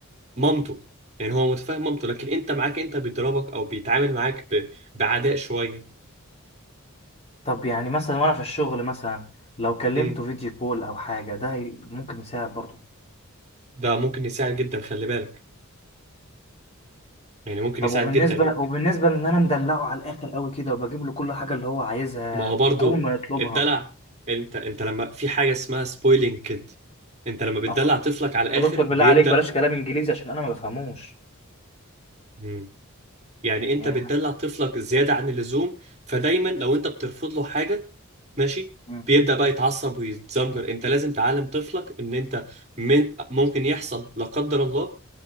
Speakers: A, on the right (about 30°); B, on the left (about 30°).
A: مامته يعني هو متفاهم مامته لكن انت معاك انت بيضربك او بيتعامل معاك ب... بعداء شويه
B: طب يعني مثلا وانا في الشغل مثلا لو كلمته
A: امم
B: فيديو كول او حاجه ده هي- ممكن يساعد برضه
A: ده ممكن يساعد جدا خلي بالك يعني ممكن
B: طب
A: يساعد
B: وبالنسبه
A: جدا
B: وبالنسبه لان انا مدلعه على الاخر قوي كده وبجيب له كل حاجه اللي هو عايزها
A: ما هو برضو
B: اول ما يطلبها
A: الدلع انت انت لما في حاجه اسمها سبويلينج كده انت لما بتدلع
B: اه
A: طفلك على الاخر
B: يا دكتور
A: بيبدا
B: بالله عليك بلاش كلام انجليزي عشان انا ما بفهموش
A: مم. يعني انت
B: يعني
A: بتدلع طفلك زياده عن اللزوم فدايما لو انت بترفض له حاجه ماشي
B: مم.
A: بيبدأ بقى يتعصب ويتزمجر انت لازم تعلم طفلك ان انت من ممكن يحصل لا قدر الله